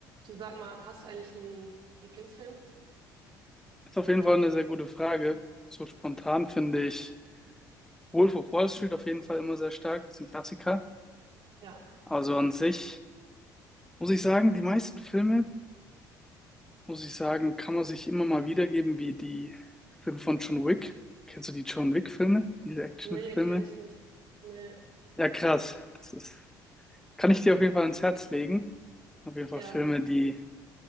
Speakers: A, on the right; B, in the centre.
A: Du sag mal, hast du eigentlich einen Lieblingsfilm?
B: Ist auf jeden Fall eine sehr gute Frage. So spontan finde ich Wolf of Wall Street auf jeden Fall immer sehr stark. Ist ein Klassiker.
A: Ja.
B: Also an sich muss ich sagen, die meisten Filme, muss ich sagen, kann man sich immer mal wiedergeben, wie die Filme von John Wick. Kennst du die John Wick-Filme? Diese Actionfilme?
A: Nee, kenne ich nicht. Nee.
B: Ja, krass. Das ist, kann ich dir auf jeden Fall ans Herz legen. Auf jeden Fall
A: Ja.
B: Filme, die